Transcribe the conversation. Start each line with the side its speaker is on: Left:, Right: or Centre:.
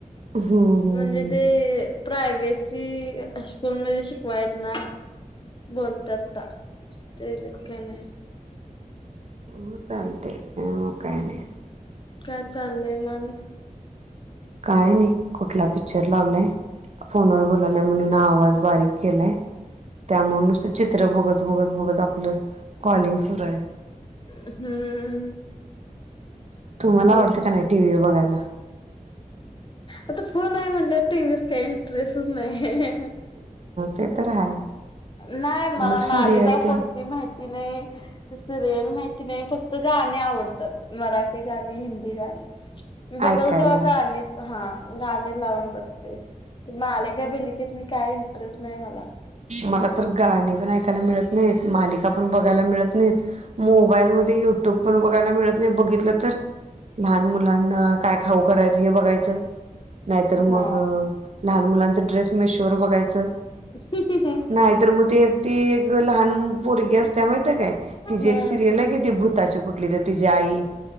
Right: हम्म हम्म
Left: म्हणजे ते प्रायव्सी स्कूलमध्ये शिकवायेत ना बोलतात त्या तेचक नाही
Right: म मझते मकायने
Left: काय चाललय मालिक
Right: काय नाही कुठला पिक्चर लावलाय फोनवर बोलालाय म्हणून आवाज बारीक केलाय त्यामुळं नुस्त चित्रं बघत बघत बघत आपल कॉलिंग खरय
Left: हम्म
Right: तुम्हाला
Left: मग
Right: आवडतें का नाही टीव्ही बघायला
Left: आता फोन आहे म्हणल्याव टीव्हीत काही इंटरेस्टच नाही. ह
Right: ते
Left: ह
Right: तर आहे
Left: नाही मला
Right: मग
Left: मालिका
Right: सिरियल ते
Left: कोणती माहिती नाही ते सिरियल माहिती नाही फक्त गाणी आवडतात मराठी गाणी हिंदी गाणी मी बघलतो
Right: ऐकायला
Left: बा का आणिच हा गाणी लावून बसते माले का बलिकेत म काय इंटरेस्ट नाही मला
Right: मला तर गाणी पण ऐकायला मिळत नाही मालिका पण बघायला मिळत नाहीत मोबाईलमध्ये युट्यूब ण बघायला मिळत नाही बघितलं तर लहान मुलांना काय खाऊ करायचं हे बघायच नाहीतर
Left: हा
Right: मग लहान मुलांच ड्रेस मी शर बघायचं
Left: <inaudible>
Right: नाही तर मग त ती एक लहान पोरगी असते माहिित काय
Left: हम्म
Right: तिची एक सिरियल आहे कि ती भू ताची कुठली तररी तिची आई